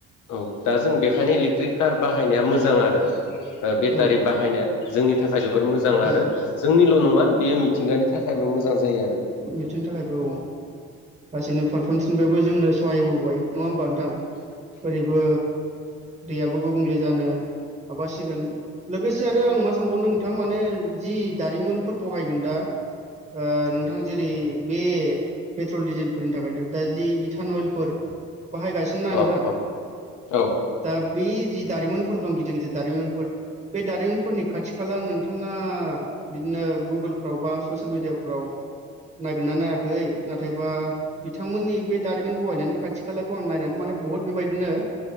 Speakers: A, on the left; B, on the right.
A: औ दा जों बेखायनो इलेक्ट्रिक कार बाहायनाया मोजां आरो। बेटारि
B: औ
A: बाहायनाया जोंनि थाखाय जोबोर मोजां
B: औ
A: आरो जोंनिल' नङा बेयो मिथिंगानि थाखायबो मोजां जायो आरो
B: मिथिनि थाखायबो औ गासैनो फारफ्रोमथिनबाबो जोंनो सहायहोबोबाय। नङा होमबा नोंथां? ओरैबो दैयाबो गुबुंले जानो माबासिगोन। लोगोसे आरो आं मा सानबावनो नोंथां माने जि दारिमिनफोर बहायदों दा ओ नों थां जेरै बे पेट्रल डिजेलफोरनि थाखायनो दा जि इथानयेलफोर बाहायगासिनो ना
A: अ
B: नोंथां।
A: अ औ
B: दा बे जि दारिमिफोर दं गिदिर गिदिर दारिमिनफोर बे दारिमिनफोरनि खाथि खाला नोंथाङा बिदिनो गुगोलफ्राव बा ससियेल मिडियाफ्राव नायगोनना नायाखै नाथायबा बिथांमोननि बे दारिमिन बहायनायनि खाथि खालाखौ आं नायनानै माने बुहुत बेबायदिनो